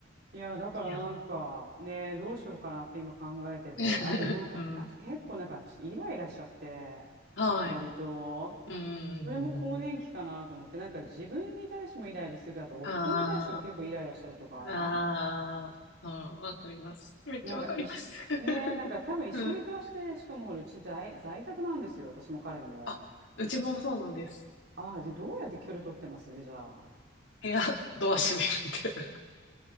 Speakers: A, on the right (about 55°); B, on the left (about 65°).
A: いやー、だからなんかね、
B: いや
A: どうしようかなって今考えてて、
B: ー。<laughs>
A: あとなんか、
B: うん。
A: あと結構なんか私、イライラしちゃって、
B: はい。
A: 割と。
B: うん。
A: それも更年期かなと思って、なんか自分に対してもイライラするけど、あと夫に対しても結構イライラしたりとか。
B: ああ。ああ。うん。わかります。めっちゃわかります。
A: なんか一緒、
B: <laughs>
A: ねえ、なんか多分一緒に暮らして、
B: うん。
A: しかもほら、うち在、在宅なんですよ、私も彼も。
B: あ、うちもそうなんです。
A: ああ、で、どうやって距離取ってますね、じゃあ。
B: 部屋、ドア閉めるみたいな。